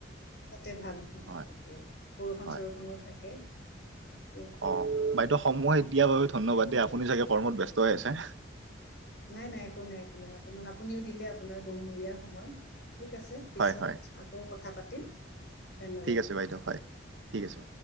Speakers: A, on the left; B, on the right.
A: তাতে ভাল -ভাল
B: হয়
A: ত বৰষুণ
B: হয়
A: চৰষুণো থাকে। ইয়াত
B: অ' বাইদেউ দিয়াৰ বাবে ধন্যবাদ দেই আপুনি চাগে কৰ্মত ব্যস্ত আছে।
A: নাই -নাই একো নাই একো নাই অকমান আপুনিও দিলে আপোনাৰ বহুমূলীয়া সময় ঠিক আছে। পিছত
B: হয় হয়
A: আকৌ কথা পাতিম। ধন্যবাদ
B: ঠিক আছে বাইদেউ হয়, ঠিক আছে।